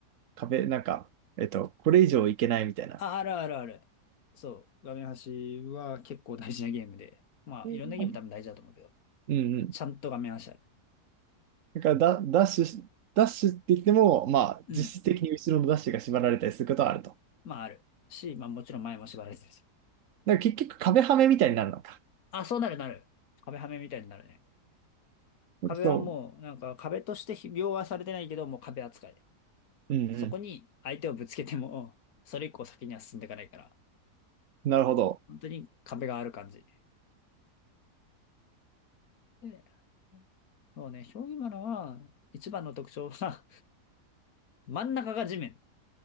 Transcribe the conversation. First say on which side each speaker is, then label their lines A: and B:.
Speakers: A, on the right; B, on the left.
A: 壁、なんか、えっと、これ以上いけないみたいな。
B: あ、あるあるある。そう。画面端は結構大事なゲームで。まあ、
A: うん
B: いろんなゲーム多分大事だと思うけど。
A: うんうん。
B: ちゃんと画面端ある。
A: だからだ、ダッシュし、ダッシュって言っても、まあ、
B: うん。
A: 実質的に後ろのダッシュが縛られたりすることはあると。
B: まあ、ある。し、まあ、もちろん前も縛られてるし。
A: だから結局壁はめみたいになるのか。
B: あ、そうなるなる。壁はめみたいになるね。壁はもう、
A: そ
B: なんか壁として描画されてないけど、もう壁扱い。
A: う。うんうん。
B: そこに相手をぶつけても、それ以降先には進んでいかないから。
A: なるほど。
B: 本当に壁がある感じ。でそうね、表現マナは、一番の特徴は、<laughs> 真ん中が地面。